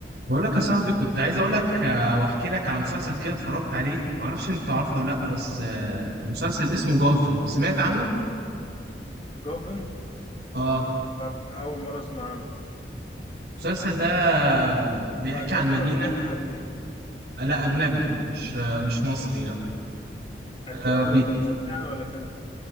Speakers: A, on the right; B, on the left.
A: بقول لك يا صاحبي كنت عايز اقول لك آه، واحكي لك على مسلسل كده اتفرجت عليه ما اعرفش انت عارفه ولا لا بس آه، مسلسل اسمه جوثم سمعت عنه
B: جوفن
A: اه
B: لا أول مرة أسمع عنه
A: المسلسل ده بيحكي
B: هو أجنبي
A: عن مدينة
B: ولا محلي؟
A: آه، لا اجنبي مش آه، مش مصري لا
B: أجزاء
A: آه،
B: ولا
A: بي-
B: فيلم؟ مسلسل يعني ولا فيلم؟